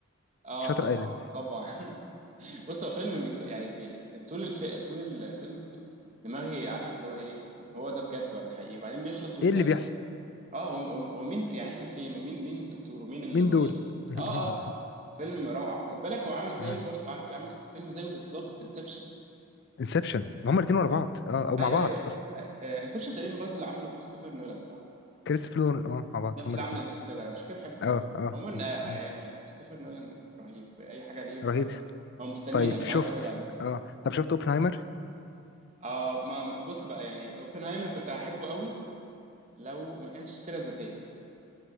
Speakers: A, on the right (about 30°); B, on the left (about 50°).
A: اه
B: شاتر
A: طبعا
B: ايلاند
A: طبعا <laughs> بص هو فيلم بيكس... يعني بي... طول الف... طول الفيلم دماغي عارف اللي هو ايه طب هو ده بجد ولا حقيقي وبعدين بيخلص وانت
B: ايه اللي بيحصل
A: اه هو, هو هو مين يعني احنا فين ومين مين الدكتور ومين المريض
B: مين دول <laughs>
A: اه آه. فيلم روعه خد بالك هو عامل زيه
B: اه
A: برضو ع- في عامل فيلم زيه بالظبط انسبشن
B: انسبشن هما الاثنين ورا بعض اه او مع
A: ايوه
B: بعض اصلا
A: اه ايوه انسبشن تقريبا برضو اللي عمله كريستوفر نولان صح
B: كريستوفر نولان اه مع بعض
A: نفس
B: هما
A: اللي
B: الاثنين
A: عمل انترستيلر عشان كده بحبه
B: اه
A: برضو
B: اه
A: عموما
B: م-
A: آه،
B: م.
A: يعني كريستوفر نولان رهيب اي حاجه ليه ب-
B: رهيب
A: هو مستنيها
B: طيب
A: ببقى
B: شفت
A: عايز اتفرج عليها
B: اه طب شفت اوبنهايمر
A: اه ما ما- بص بقى يعني اوبنهايمر كنت هحبه قوي لو ما كانش سيره ذاتيه